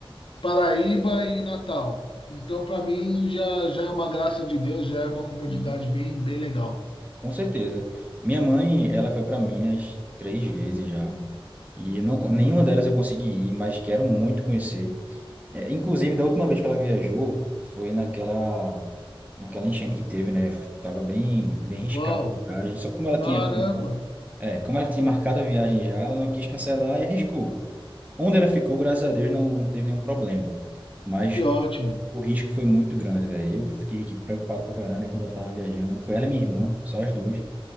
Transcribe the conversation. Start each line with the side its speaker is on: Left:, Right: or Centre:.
Left: Paraíba e Natal. Então, para mim, já, já é uma graça de Deus, já é uma comunidade
Right: Sim,
Left: bem, bem legal.
Right: com certeza. Minha mãe, ela foi para Minas três vezes já, e não, co- nenhuma delas eu consegui ir, mas quero muito conhecer. É, inclusive, da última vez que ela viajou, foi naquela, naquela enchente que teve, né? Tava bem, bem riscada
Left: Uau,
Right: a viagem, só que como ela
Left: caramba,
Right: tinha É, como ela tinha marcado a viagem já, ela não quis cancelar e arriscou. Onde ela ficou, graças a Deus, não teve nenhum problema. Mas
Left: que ótimo.
Right: o risco foi muito grande, velho. Eu fiquei aqui preocupado pra caramba enquanto eu tava viajando. Foi ela e minha irmã, só as duas.